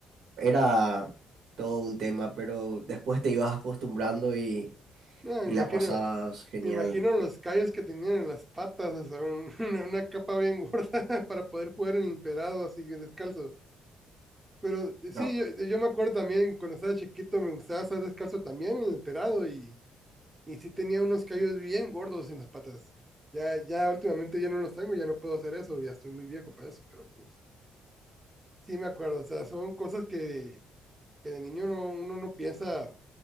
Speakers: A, on the right; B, on the right.
A: Era todo un tema, pero después te ibas acostumbrando y,
B: No, me
A: y
B: imagino,
A: la pasabas genial.
B: me imagino los callos que tenían en las patas, o sea, un- <laughs> una, una capa bien gorda <laughs> para poder jugar en el emperado así que descalzo. Pero eh, sí,
A: No,
B: yo, yo me acuerdo también cuando estaba chiquito me gustaba estar descalzo también en el emperado y, y sí tenía unos callos bien gordos en las patas. Ya, ya últimamente ya no los tengo, ya no puedo hacer eso, ya estoy muy viejo para eso, pero pues sí me acuerdo, o sea, son cosas que, que de niño no, uno no piensa